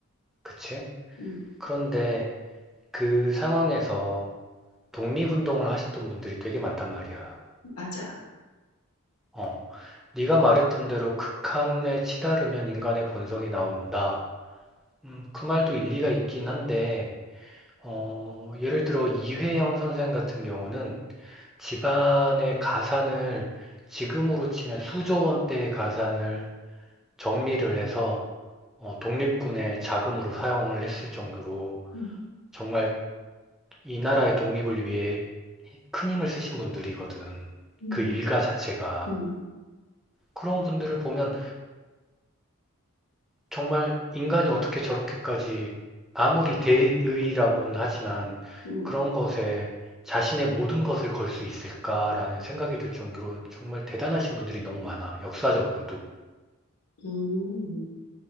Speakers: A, in the centre; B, on the left.
A: 그치?
B: 음,
A: 그런데 그 상황에서 독립운동을 하셨던 분들이 되게 많단 말이야.
B: 맞아.
A: 어, 네가 말했던 대로 극한에 치달으면 인간의 본성이 나온다. 음, 그 말도 일리가 있긴 한데, 어, 예를 들어 이회영 선생 같은 경우는 집안의 가산을 지금으로 치면 수조 원대의 가산을 정리를 해서 어, 독립군의 자금으로 사용을 했을 정도로
B: 음,
A: 정말 이 나라의 독립을 위해 큰 힘을 쓰신 분들이거든.
B: 음,
A: 그 일가 자체가.
B: 음,
A: 그런 분들을 보면 정말 인간이 어떻게 저렇게까지 아무리 대의라고는 하지만
B: 음,
A: 그런 것에 자신의 모든 것을 걸 수 있을까라는 생각이 들 정도로 정말 대단하신 분들이 너무 많아. 역사적으로도.
B: 음.